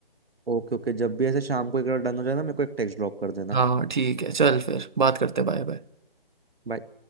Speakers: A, on the right; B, on the right.
A: ओके ओके जब भी ऐसे शाम को एक बार डन हो जाए ना मेरे को एक टेक्स्ट ड्रॉप कर देना
B: हाँ ठीक है चल फिर बात करते हैं बाय बाय
A: बाय